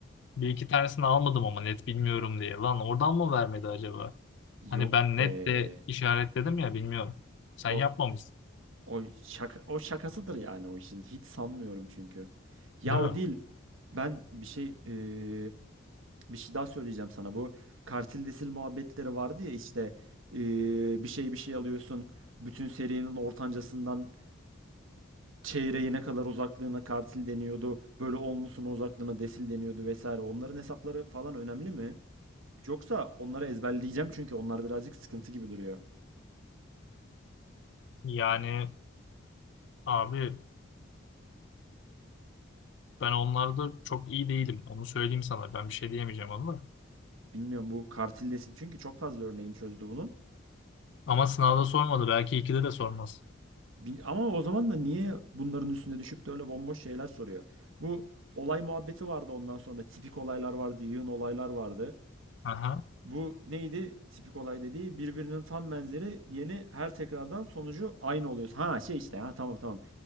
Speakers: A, on the left; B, on the right.
A: Bir iki tanesini almadım ama net bilmiyorum diye. Lan oradan mı vermedi acaba? Hani
B: Yok
A: ben net
B: be.
A: de işaretledim ya bilmiyorum. Sen
B: O
A: yapmamışsın
B: o şaka o şakasıdır yani o işin. Hiç sanmıyorum çünkü. Ya
A: değil
B: o
A: mi?
B: değil. Ben bir şey eee, bir şey daha söyleyeceğim sana. Bu kartil desil muhabbetleri vardı ya işte eee, bir şey bir şey alıyorsun. Bütün serinin ortancasından çeyreğine kadar uzaklığına kartil deniyordu. Böyle onlusuna uzaklığına desil deniyordu vesaire. Onların hesapları falan önemli mi? Yoksa onları ezberleyeceğim çünkü onlar birazcık sıkıntı gibi duruyor.
A: Yani Abi ben onlarda çok iyi değilim. Onu söyleyeyim sana. Ben bir şey diyemeyeceğim onu da.
B: Bilmiyorum bu kartil desil çünkü çok fazla örneğin çözdü bunun.
A: Ama sınavda sormadı. Belki ikide de sormaz.
B: Bi- Ama o zaman da niye bunların üstüne düşüp de öyle bomboş şeyler soruyor? Bu olay muhabbeti vardı ondan sonra. Tipik olaylar vardı, yığın olaylar vardı.
A: Aha.
B: Bu neydi tipik olay dediği birbirinin tam benzeri yeni her tekrardan sonucu aynı oluyor. Ha şey işte ha tamam tamam.